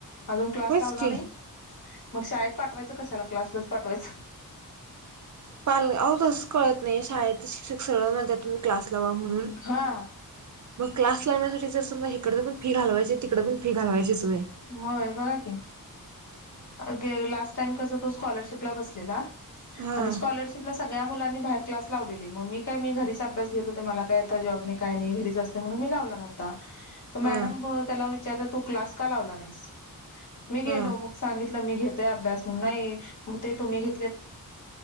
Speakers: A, on the left; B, on the right.
A: अजून क्लास
B: होयच
A: लावला
B: की
A: नाही मग शाळेत पाठवायचं कशाला क्लासलाच पाठवायचं.
B: पाल तसच कळत नाही शाळ शिक्षक सगळ म्हण तुम्ही क्लास लावा म्हणून.
A: हा
B: मग क्लास लावण्यासाठी तर समजा हिकडं पण फी घालयची तिकडे पण फी घालवायचीच. व्हय
A: म ए बगा की. अ लास्ट टाईम कस तो स्कॉलरशिपला बसलेला.
B: हां
A: आणि स्कॉलरशिप सगळ्या मुलां नी, बाहेर क्लास लावले मग मी काय घरीच अभ्यास घेत होते मला काय आता जॉब नाय काय नाही घरीच <unintelligible>
B: हां
A: मी गेलो
B: हां
A: मग सांगितलंऽऽ मी घेते अभ्यास म्हणू ऽऽ तूमी